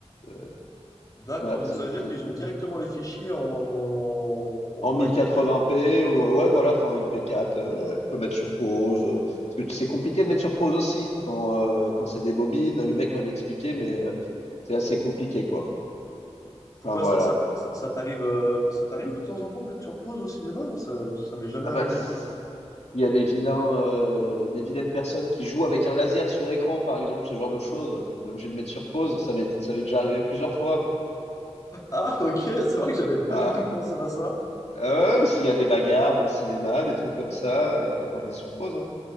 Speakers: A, on the left; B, on the left.
A: Euh,
B: D'accord,
A: ouais,
B: donc
A: c'est-
B: ça veut dire
A: c'était
B: qu'ils ont directement les fichiers en, en, en
A: en 1080p
B: MP4.
A: ou euh, ouais voilà enfin MP4 euh, ouais, on peut mettre sur pause euh, parce que c'est compliqué de mettre sur pause aussi quand euh, quand c'est des bobines le mec m'avait expliqué mais euh, c'est assez compliqué quoi
B: Pourquoi
A: enfin voilà
B: ça, ça, ça, ça t'arrive, euh, ça t'arrive de temps en temps de mettre sur pause au cinéma? Moi, ça, ça m'est jamais
A: ah
B: arrivé
A: bah c-
B: de voir.
A: il y a des vilains euh, des vilaines personnes qui jouent avec un laser sur l'écran par exemple ce genre de choses on est obligé de mettre sur pause ça m'est ça m'est déjà arrivé plusieurs fois
B: Ah, ok, c'est vrai que j'avais pas
A: ah,
B: du tout pensé à ça.
A: euh, ou s'il y a des bagarres dans le cinéma des trucs comme ça euh, on met sur pause hein.